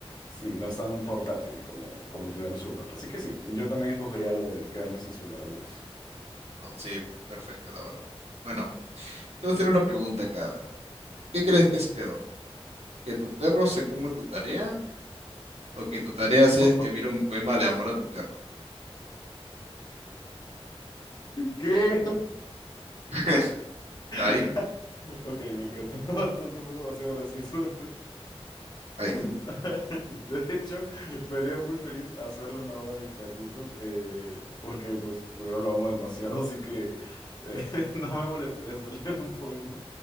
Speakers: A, on the left; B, on the right.
A: Sí, no es tan portátil como, como tener un celular. Así que sí, yo también escogería lo de quedarme sin celular un mes.
B: no, no, sí, perfecto, la verdad. Bueno, te voy a hacer una pregunta acá, a ver. ¿Qué crees que es peor? ¿Que tu perro se coma tu tarea o que tu tarea
A: <laughs>
B: sea escribir un poema de amor a tu perro?
A: ¿Qué?
B: <laughs> Ahí,
A: <laughs> Ok, me encantó <laughs> bastante, fue demasiado gracioso.
B: ahí.
A: <laughs> De hecho, me haría muy feliz hacerle una oda a mi perrito, eh, porque pues primero lo amo demasiado, <laughs> así que eh, <laughs> no me molestaría hacerle <laughs> un poema.